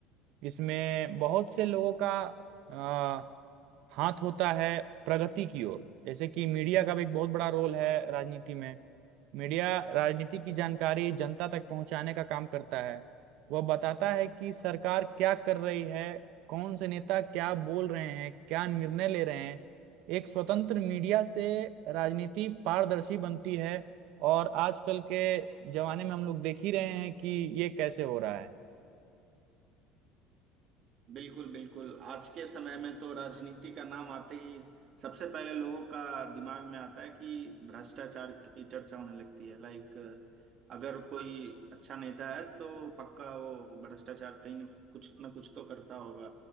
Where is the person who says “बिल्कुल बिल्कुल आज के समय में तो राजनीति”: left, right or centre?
Right